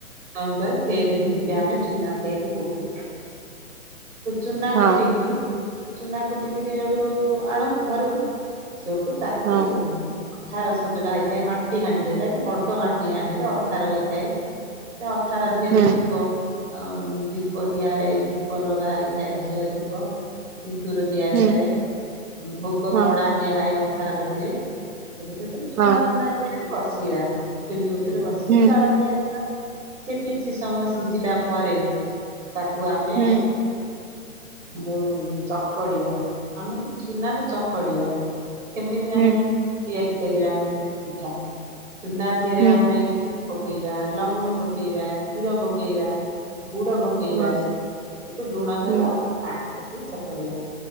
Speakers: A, on the right; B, on the right.
A: ଆମବର ଫେର ଢିଙ୍କିରେ ଆମେ ଚୁନା ଦେଇ କୁଟୁ। ଚୁନା
B: ହଁ
A: କୁଟିକିରି
B: ହଁ
A: ଚୁନା କୁ କୁଟିକିରି ସେଇଠୁ ଆଣୁ ଘରକୁ ସେଇଠୁ ତାକୁ।
B: ହଁ
A: ଅଥାର ସଜଡା ହେଇଥାଏ ମାଟିହାଣ୍ଡିରେ ଯାଇକି ବଡ଼ମାଟିହାଣ୍ଡିରେ ଅଥାର ହେଇଥାଏ। ସେ ଅଥାର ଧୀଅରେ
B: ହୁଁ
A: ଦୀପ ଅମ୍ ଦୀପ ଦିଆହେଇ ଦୀପ ଲଗାହେଇଥାଏ ଘିଅଦୀପ ସିନ୍ଦୁର ଦିଆ
B: ହୁଁ
A: ଥାଏ ଭୋଗପଣା
B: ହଁ
A: ଦିଆହୁଏ ଅଥାର ଗଦୀରେ ସେଠୁ ସେ ସେଠି ଚୁନାଫୁନା
B: ହଁ
A: କୁଟି ବସିଆ ଚୁଲି ଉପରେ ବସିକି
B: ହୁଁ
A: ଜାଳ ଦିଆ ସେ କିଛି ସମୟ ସିଝିଲା ପରେ ତାକୁ ଆମେ
B: ହୁଁ
A: ଯୋଉ ଚକଡିବା, ଆମେ ସେ ଚୁନାକୁ ଚକଡିବା କେମିତି
B: ହୁଁ
A: ଆମେ ତିଆରି କରିବା ଆମେ ପିଠା ଚୁନାଧିଅରେ
B: ହୁଁ
A: ଆମେ ଘିଅ ପକେଇବା ଲହୁଣୀ ପକେଇବା କ୍ଷୀର ପକେଇବା ଗୁଡ଼ ପକେଇ ପକେଇବା
B: ହଁ
A: ଗଟୁ ଲୁଣ ଦେବା
B: ହୁଁ
A: ପାଣି ପକେଇ ଚକଡିବା।